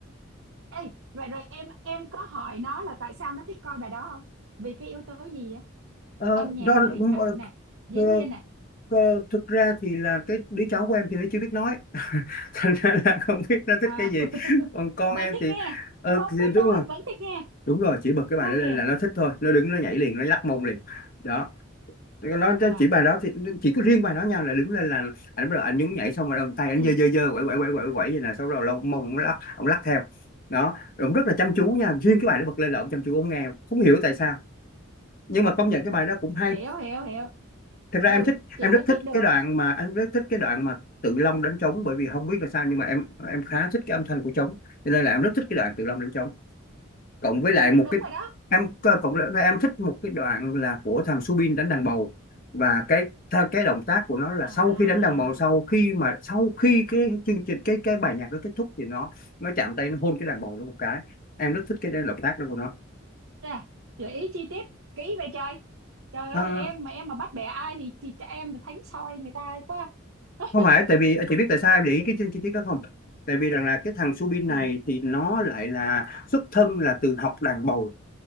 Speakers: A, on the right (about 75°); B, on the left (about 45°).
A: ê rồi rồi em em có hỏi nó là tại sao nó thích coi bài đó không vì cái yếu tố gì á
B: ờ,
A: âm nhạc
B: đó
A: này hình ảnh
B: ờ,
A: này diễn
B: Ờ,
A: viên này
B: ờ, thực ra thì là cái đứa cháu của em thì nó chưa biết nói <laughs> thành ra là không biết nó thích
A: à,
B: cái gì
A: <laughs>
B: còn con
A: vẫn
B: em
A: thích
B: thì
A: nghe
B: ờ,
A: không
B: thì
A: biết
B: đúng
A: nói
B: rồi
A: vẫn thích nghe
B: đúng rồi chỉ bật cái
A: quá
B: bài đó
A: ghê
B: lên là nó thích thôi nó đứng nó nhảy liền nó lắc mông liền đó nó, nó
A: à
B: chỉ bài đó thì chỉ có riêng bài đó nha là đứng lên là anh bắt đầu anh nhún nhảy xong rồi đầu tay anh
A: ừ.
B: giơ giơ giơ quẩy quẩy quẩy quẩy quẩy vậy nè xong rồi lông mông nó lắc ông lắc theo đó rồi ông rất là chăm chú nha riêng cái bài nó bật lên là ông chăm chú ông nghe không hiểu tại sao nhưng mà công nhận cái bài đó cũng hay
A: hiểu hiểu hiểu
B: thực ra
A: ừ
B: em thích
A: chị
B: em rất
A: phân
B: thích
A: tích được
B: cái đoạn mà em rất thích cái đoạn mà Tự Long đánh trống bởi vì không biết là sao nhưng mà em em khá thích cái âm thanh của trống cho nên là em rất thích cái đoạn Tự Long đánh trống cộng với lại
A: em thích
B: một
A: đúng
B: cái
A: rồi đó
B: em cộng lại em thích một cái đoạn là của thằng Subin đánh đàn bầu và cái tha- cái động tác của nó là
A: à
B: sau khi đánh đàn bầu sau khi mà sau khi cái chương trình cái cái bài nhạc nó kết thúc thì nó nó chạm tay nó hôn cái đàn bầu nó một cái em rất thích cái động tác đó của nó
A: Chà, gợi ý chi tiết kỹ vậy trời. Trời
B: À,
A: ơi, em mà em mà bắt bẻ ai thì chị cho em là thánh soi người ta quá. <laughs>
B: không phải tại vì à, chị biết tại sao em để ý cái chi chi tiết đó không tại vì rằng là cái thằng Subin này
A: Ừ,
B: thì nó lại là xuất thân là từ học đàn bầu